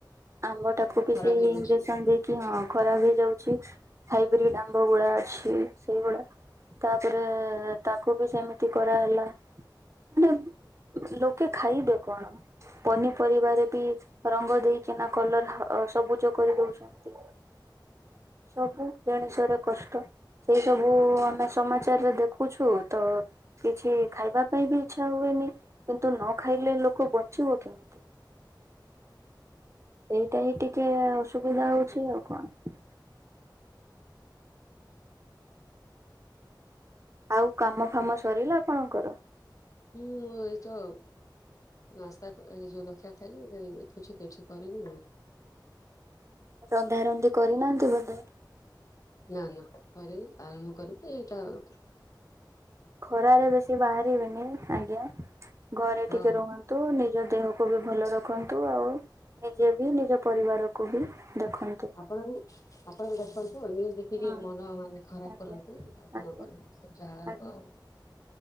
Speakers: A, on the right; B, on the left.
A: ଆମ୍ବ ଟାକୁ ବି
B: ଖରାପ
A: ସେଇ
B: ହେଇଯାଉଛି
A: ଇଞ୍ଜେକସନ୍ ଦେଇକି ହଁ ଖରାପ ହେଇଯାଉଛି। ହାଇବ୍ରିଡ ଆମ୍ବ ଗୁଡା ଅଛି ସେଇଗୁଡା ତାପରେ ତାକୁ ବି ସେମିତି କରାହେଲା। <inaudible> ମାନେ ଲୋକେ ଖାଇବେ କଣ ପନିପରିବାରେ ବି ରଙ୍ଗ ଦେଇକିନା କଲର ଅ ସବୁଜ କରିଦଉଛନ୍ତି ସବୁ ଜଣିଷରେ କଷ୍ଟ ସେଇ ସବୁ ଆମେ ସମାଚାରରେ ଦେଖୁଛୁ ତ କିଛି ଖାଇବା ପାଇଁ ବି ଇଚ୍ଛା ହୁଏନି କିନ୍ତୁ ନ ଖାଇଲେ ଲୋକ ବଞ୍ଚିବ କେମିତି ସେ ଏଇ ଟିକେ ଅସୁବିଧା ହଉଛି ଆଉ କଣ। ଆଉ କାମ ଫାମ ସରିଲା ଆପଣଙ୍କର?
B: ହୁଁଁ ଏଇତ <inaudible> ନାସ୍ତା ଏଇ ଜଳଖିଆ ଖାଇଲି ଏବେ କିଛି କିଛି କରିବି। <inaudible>
A: ରନ୍ଧା ରନ୍ଧି କରିନାହାନ୍ତି ବୋଧେ।
B: ନା ନା କରିନି ଆରମ୍ଭ କରିବି ଏଇଟାର <inaudible>
A: ଖରା ରେ ବେଶି ବାହାରିବେନି। ଆଜ୍ଞା। ଘରେ ଟିକେ
B: ହଁ
A: ରୁହନ୍ତୁ ନିଜ ଦେହକୁ ତାକୁ ବି ଭଲ ରଖନ୍ତି ତୁ ଆଉ ନିଜେ ବି ନିଜ ପରିବାରକୁ ବି ଦେଖନ୍ତୁ।
B: ଆପଣ ବି ଆପଣଙ୍କୁ ଦେଖନ୍ତୁ ହଁ <unintelligible> ଦେଖିକି
A: ହଁ।
B: ମନ ମାନେ ଖରାପ
A: ଆଜ୍ଞା
B: କରନ୍ତି ଆଉ କଣ
A: ଆଜ୍ଞା
B: କରିବା ଯାହା ହବ
A: ଆଜ୍ଞା
B: ଆଉ